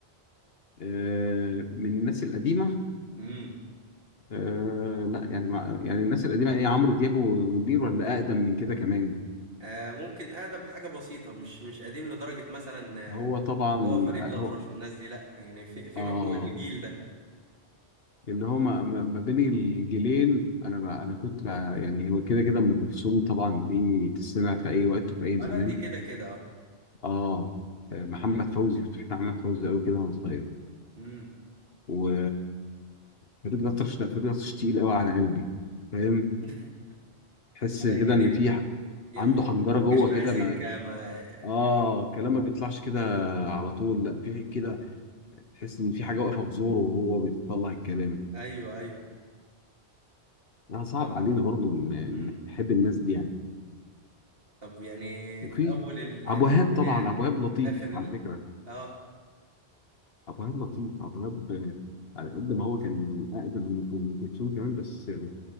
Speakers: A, on the left; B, on the right.
A: آه، من الناس القديمه
B: امم
A: آه، لا يعني مع... يعني الناس القديمه ايه عمرو دياب ومنير ولا اقدم من كده كمان
B: آه ممكن اقدم حاجه بسيطه مش مش قديم لدرجه مثلا آه،
A: هو طبعا
B: اللي هو فريد الأطرش
A: هو
B: والناس دي لا يعني في فيما
A: اه
B: فوق الجيل ده
A: اللي هو ما ما- ما بين الجيلين انا بقى انا كنت بقى يعني هو كده كده ام كلثوم طبعا دي تسمع في اي وقت في اي
B: اه
A: زمان
B: لا دي كده كده اه
A: اه آه، محمد فوزي كنت بحب محمد فوزي قوي كده وانا صغير
B: امم
A: و فريد الأطرش لا فريد الأطرش تقيل قوي على قلبي فاهم
B: <laughs>
A: تحس
B: انا
A: كده
B: يعني
A: ان في ح-
B: يعني
A: عنده حنجره
B: ما ما
A: جوه
B: جاش معايا
A: كده
B: سكه
A: ما
B: ما
A: اه
B: يعني
A: الكلام ما بيطلعش كده على طول لا في كده تحس ان في حاجه واقفه في زوره وهو بيطلع الكلام
B: ايوه ايوه
A: لا صعب
B: طب
A: علينا برضه إن- إن
B: مم.
A: نحب الناس دي يعني
B: طب يعني
A: وفي
B: في اول الالفينات
A: عبد الوهاب طبعا عبد الوهاب لطيف
B: اخر ال...
A: على فكره
B: اه
A: عبد الوهاب لطيف عبد الوهاب آه، على قد ما هو كان اقدم من ام كلثوم كمان بس آه،